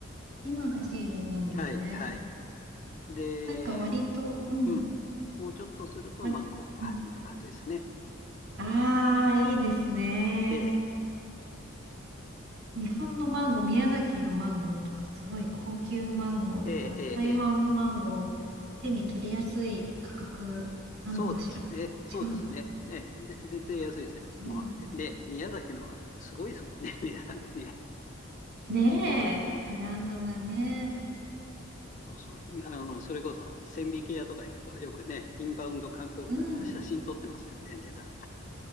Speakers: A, on the right (about 80°); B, on the left (about 40°).
A: 今がシーズンなんですね。
B: はい、はい。で、
A: なんか割と、
B: う
A: うん、
B: ん。もうちょっとするとマンゴーが始まる感じですね。
A: 割、うん、ああ、いいですね。
B: ええ、
A: 日本のマンゴー、宮崎のマンゴーとかすごい高級マンゴーだから、
B: ええ、ええ、
A: 台湾マンゴーを手に取りやすい価格なのかしら。
B: ええそうですね。そうですね。
A: 違うのか
B: ねえ、ぜ全然安いですよ。
A: な。あ、そうなんだ。
B: まあね、宮崎のはすごいですもんね、値段ね。
A: ねえ、
B: うん。
A: ブランドがね。
B: そうそう、あの、それこそ、千疋屋とか行くと、よくね、インバウンド観光客が写真撮ってますよね、
A: うん。
B: 値段。